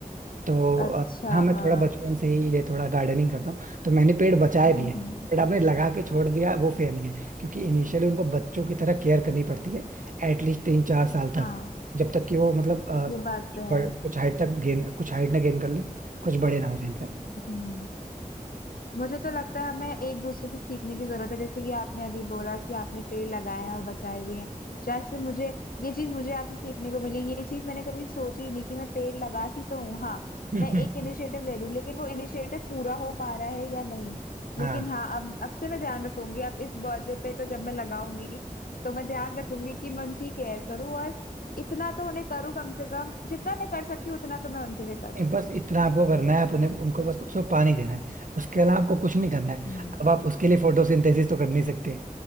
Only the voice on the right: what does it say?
तो अ,
हाँ मैं
थोड़ा बचपन से ही ये थोड़ा गार्डनिंग करता हूँ तो मैंने पेड़ बचाए भी
हैं बट आपने लगा के छोड़ दिया वो फेयर नहीं है क्योंकि इनिशियली उनको बच्चों की तरह केयर करनी पड़ती है एटलीस्ट तीन चार साल तक
जब तक कि वो मतलब अ,
बड़- कुछ हाइट तक गेन कुछ हाइट ना गेन कर लें कुछ बड़े ना हो जाए इनफैक्ट
हम्म
हाँ
नहीं, बस इतना आपको करना है आप उन्हें उनको बस उसको पानी देना है उसके अलावा आपको कुछ नहीं करना है
अब आप उसके लिए फोटोसिंथेसिस तो कर नहीं सकते